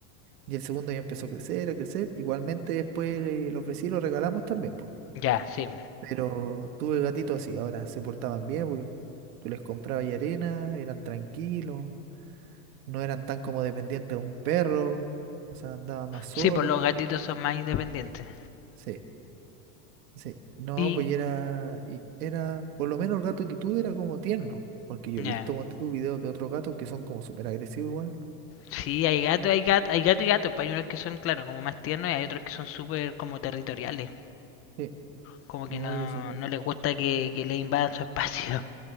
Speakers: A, on the right; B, on the left.
A: Y el segundo ya empezó a crecer, a crecer. Igualmente después eh, lo ofrecí y lo regalamos también, po.
B: Ya, sí.
A: Pero tuve gatitos así, ahora se portaban bien, porque tú les comprabas y arena, eran tranquilos, no eran tan como dependientes de un perro, o sea, andaban más solos.
B: Sí, pues los gatitos son más independientes.
A: Sí, sí. No,
B: Y,
A: pues y era, y era, por lo menos el gato que tuve era como tierno, porque yo he
B: ya.
A: visto cuando tu videos de otros gatos que son como súper agresivos igual.
B: Sí, hay gato, hay gato, hay gato y gatos Pues hay unos que son, claro, como más tiernos y hay otros que son súper como territoriales.
A: Sí.
B: Como
A: No,
B: que no,
A: y ese weón.
B: no les gusta que, que le invadan su espacio.